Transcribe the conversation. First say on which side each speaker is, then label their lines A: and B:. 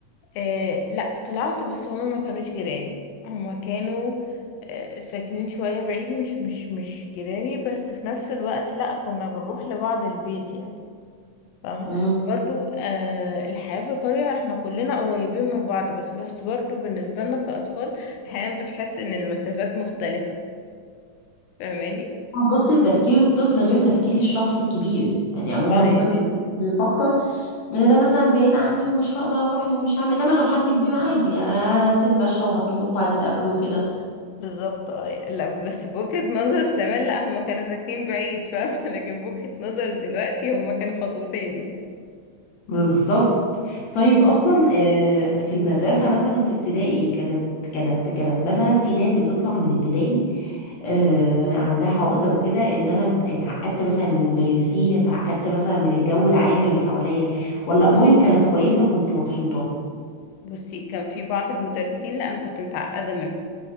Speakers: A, on the left (about 80°); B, on the left (about 60°).
A: آه لا طلعت بس هما ما كانوش جيراني هما كانوا آه ساكنين شوية بعيد مش مش مش جيراني بس في نفس الوقت لا كنا بنروح لبعض البيت يعني فاهمة
B: امم
A: برضو آه الحياة في القرية احنا كلنا قريبين من بعض بس بس برضو بالنسبة لنا كأطفال احيانا بتحس ان المسافات مختلفة فاهماني
B: بصي تفكير الطفل غير تفكير الشخص الكبير يعني عموما
A: اه
B: الطفل
A: يعني
B: بيفكر ان ده مثلا بعيد عني ومش هقدر اروح له ومش هعمل انما لو حد كبير عادي يعني هتتمشى وهتروح وهتتقابله وكده
A: بالظبط اه لا بس بوجهة نظر زمان لا هما كانوا ساكنين بعيد فاهمة <laughs> لكن بوجهة نظر دلوقتي هما كانوا خطوتين يعني
B: بالظبط طيب اصلا آه، في المدرسه مثلا في ابتدائي كانت كانت كانت مثلا في ناس بتطلع من ابتدائي آه، عندها عقده وكده ان انا مت- اتعقدت مثلا من المدرسين اتعقدت مثلا من الجو العام اللي حواليا ولا امورك كانت كويسه وكنت مبسوطه
A: بصي كان في بعض المدرسين لا انا كنت متعقدة منهم